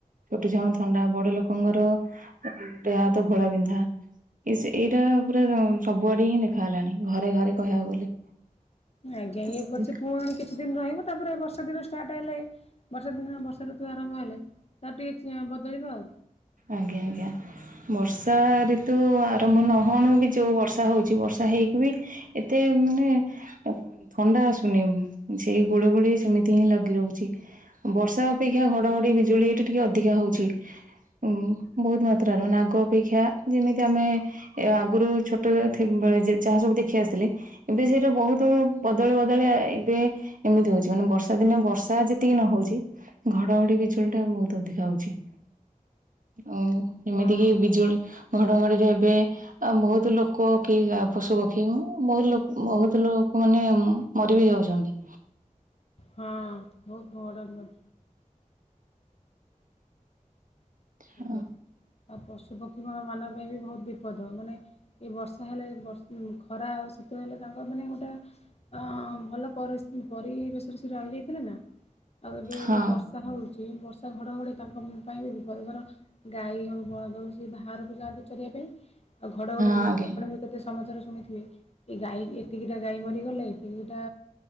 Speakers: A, on the right; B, on the left.
A: ଛୋଟ ଛୁଆଙ୍କୁ ଥଣ୍ଡା ବଡ ଲୋକଙ୍କର ଦେହ ହାତ ଘୋଳା ବିିନ୍ଧା ଇସ୍ ଏଇଟା-ଆ ପୁରା ରଅ ସବୁଆଡେ ହିଁ ଦେଖା ଗଲାଣି ଘରେ ଘରେ କହିଆକୁ ଗଲେ।
B: ଆଜ୍ଞା
A: ତ
B: ଇଏ
A: ସେଥି
B: ପଛେ ପୁଣି କିଛି ଦିନ ରହିବ ତାପରେ ବର୍ଷା ଦିନ ଷ୍ଟାର୍ଟ ହେଲେ ଏ ବର୍ଷା ଦିନ ବର୍ଷା ଋତୁ ଆରମ୍ଭ ହେଲେ ତାର ଟିକେ ବଦଳିବ ଆଉ
A: ଆଜ୍ଞା ଆଜ୍ଞା ବର୍ଷାଋତୁ ଆରମ୍ଭ ନହଉଣୁ ବି ଯୋଉ ବର୍ଷା ହଉଚି ବର୍ଷା ହେଇକି ବି ଏତେ ମାନେ ଥଣ୍ଡା ଆସୁନି ସେଇ ଗୁଳୁ ଗୁଳି ସେମିତି ହିଁ ଲାଗି ରହୁଛି ବର୍ଷା ଅପେକ୍ଷା ଘଡଘଡି ବିଜୁଳି ଏଇଟା ଟିକେ ଅଧିକା ହଉଚି। ଉମ ବହୁତ ମାତ୍ରାରେ ମାନେ ଆଗ ଅପେକ୍ଷା ଯେମିତି ଆମେ-ଏ ଆଗୁରୁ ଛୋଟ ବେଳେ ଯାହା ସବୁ ଦେଖି ଆସିଥିଲେ ଏବେ ସିଏ ଯୋଉ ବହୁତ ବଦଳି ବଦଳି ଆ ଏବେ ଏମିତି ହଉଛି ମାନେ ବର୍ଷା ଦିନେ ବର୍ଷା ଯେତିକି ନ ହଉଛି ଘଡଘଡି ବିଜୁଳି ଟା ବହୁତ ଅଧିକା ହଉଛି। ଓ ଏମିତି
B: ହଁ
A: କି ବିଜୁଳି ଘଡଘଡିରେ ଏବେ ବହୁତ ଲୋକ କି ପଶୁପକ୍ଷୀ ଇଁ ବହୁତ ଲୋକ୍ ବହୁତ ଲୋକ ମାନେ ମରି ବି ଯାଉଚନ୍ତି।
B: ହଁ ବହୁତ <unintelligible>
A: ହଁ
B: ଆଜ୍ଞା। ଆଉ ପଶୁପକ୍ଷୀଙ୍କ ମାନଙ୍କ ପାଇଁ ବି ବହୁତ ବିପଦ ମାନେ ଏ ବର୍ଷା ହେଲେ ବର୍ଷ୍-ଖରା ଆଉ ଶୀତ ହେଲେ ତାଙ୍କର ମାନେ ଗୋଟେ ଆଁ-ଆ ଭଲ ପରିସ୍-ପରିବେଶରେ ସେ ରହିଯାଇଥିଲେ ନା। ଆଉ ଏବେ
A: ହଁ
B: ଯୋଉ ବର୍ଷା ହଉ କି ବର୍ଷା ଘଡ଼ଘଡି ତାଙ୍କ ପାଇଁ ବି ପରଥର ଗାଈ ହଉ ବଳଦ ହଉ ସିଏ ଭାଆରକୁ ଯାଆନ୍ତି ଚରିଆ ପାଇଁ। ଆଉ ଘଡ ଘଡିରେ
A: ଆଜ୍ଞା
B: ଦେଖି ଆପଣଙ୍କୁ କେତେ ସ୍ ସମାଚାର ଶୁଣିଥିବେ ଏ ଗାଈ ଏତିକିଟା ଗାଈ ମରିଗଲେ ଏତିକିଟା